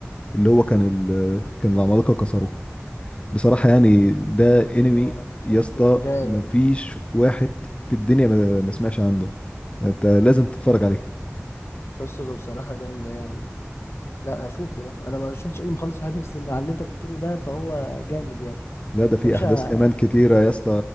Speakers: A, on the left; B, on the left.
A: اللي هو كان ال... كان العمالقة كسروه بصراحة يعني ده انمي
B: إنه شكله
A: يا اسطى
B: جامد
A: مفيش واحد في الدنيا ما ما سمعش عنه ده انت لازم تتفرج عليه
B: قصته بصراحه جامده يعني لا اشوفه ده انا ما شفتش انمي خالص في حياتي بس اللي على اللي انت بتقوله ده فهو جامد يعني
A: لا ده في
B: يا باشا
A: احداث كمان كتيرة يا اسطى